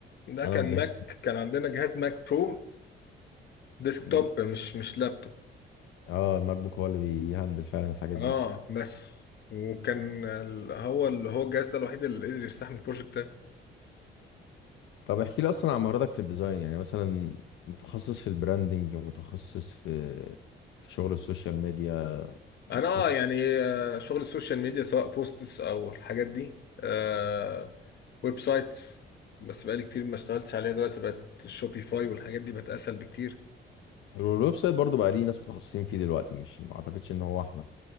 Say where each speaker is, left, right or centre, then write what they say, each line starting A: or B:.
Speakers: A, on the left; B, on the left.
A: ده كان
B: انا والجهاز
A: ماك كان عندنا جهاز ماك برو ديسكتوب
B: مم.
A: مش مش لابتوب
B: اه الماك بوك هو اللي بيهندل فعلا الحاجات
A: اه
B: دي
A: بس وكان ال- هو اللي هو الجهاز ده الوحيد اللي قدر يستحمل البروجكت ده
B: طب احكي لي اصلا عن مهاراتك في الديزاين يعني مثلا متخصص في البراندنج متخصص في في شغل السوشيال ميديا متخصص
A: انا آه يعني آه، شغل السوشيال ميديا سواء بوستس او الحاجات دي آه ويب سايت بس بقالي كتير ما اشتغلتش عليها دلوقتي بقت شوبيفاي والحاجات دي بقت اسهل بكتير
B: الويب سايت برضه بقى ليه ناس متخصصين فيه دلوقتي مش ما اعتقدش ان هو احنا